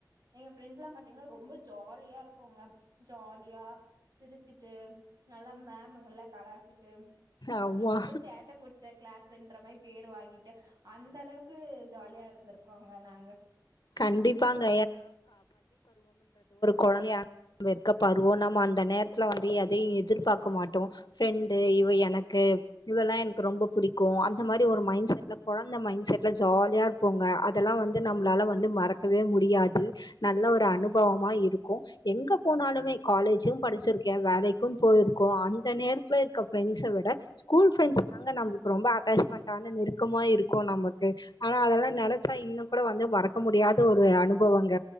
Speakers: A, on the right; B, on the left.
A: எங்க ஃரெண்ட்ஸ் எல்லாம் பா்த்தீங்கன்னா ரொம்ப ஜாலியா இருப்போங்க ஜாலியா சிரிச்சுட்டு நல்லா மேமங்கல்ல கலாச்சிட்டு
B: ஆமா
A: ரொம்ப சேட்டை புடிச்ச கிளாஸ் ற்றமை பேரு வாங்கிட்டு அந்த அளவுக்கு ஜாலியா இருந்திருக்கோங்க நாங்க
B: கண்டிப்பாங்க கொழந்தையா <inaudible> பருவோ நம்ம அந்த நேரத்துல வந்து எதையு எதிர்பார்க்க மாட்டோ ஃப்ரெண்டு இவ எனக்கு இவெல்லா எனக்கு ரொம்ப பிடிக்கு அந்த மாரி ஒரு மைண்ட் செட்ல கொழந்த மைண்ட் செட்ல ஜாலியா இருப்போங்க அதெல்லா வந்து நம்மளால வந்து மறக்கவே முடியாது நல்ல ஒரு அனுபவமா இருக்கும் எங்க போனாலுமே காலேஜும் படிச்சிருக்கே வேலைக்கும் போயிருக்கு அந்த நேரத் ப்ப இருக்க ஃப்ரெண்ட்ஸ விட ஸ்கூல் ஃப்ரெண்ட்ஸ் தாங்க நம்ம ரொம்ப அட்டாச்மெண்டான நெருக்கமா இருக்கு நமக்கு ஆனா அதெல்லா நெனச்சா இன்னு கூட வந்து மற இருக்க முடியாத ஒரு அனுபவங்க